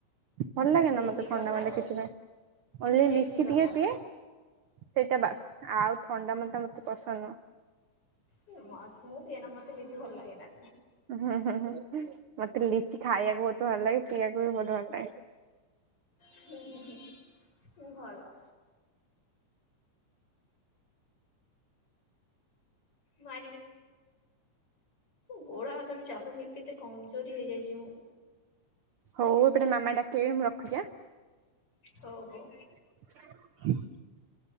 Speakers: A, on the right; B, on the left.
A: ଭଲ ଲାଗେ ନା
B: ଏ
A: ମତେ
B: କି
A: ଥଣ୍ଡା
B: କଥା
A: ମଣ୍ଡା କିଛି, <unintelligible> ଓନ୍ଲି ଲିଚି
B: ଏ କି କଥା।
A: ଟିକେ ପିଏ। ସେଇଟା ବାସ୍ ଆଉ ଥଣ୍ଡା ମଣ୍ଡା ମତେ ପସନ୍ଦ ନୁହଁ।
B: <unintelligible> ମୁଁ ପିଏନା ମତେ ଲିଚି ଭଲ ଲାଗେନା।
A: ହୁଁ ହୁଁ ହୁଁ ମତେ ଲିଚି ଖାଇବାକୁ ବହୁତ ଭଲ ଲାଗେ। ପିଇବାକୁ ବି ବହୁତ ଭଲ ଲାଗେ।
B: ହୁଁ ହୁଁ ହୁଁଁ ଭଲ। ମୋ ଗୋଡ଼ ହାତ ବି ଚାଲୁନି କେତେ କମଜୋରି ହେଇଯାଇଛି ମୁଁ।
A: ହଉ ଏପଟେ ମାମା ଡାକିଲେଣି ମୁଁ ରଖୁଛି ଆଁ?
B: ହଉ ହଉ।
A: ହ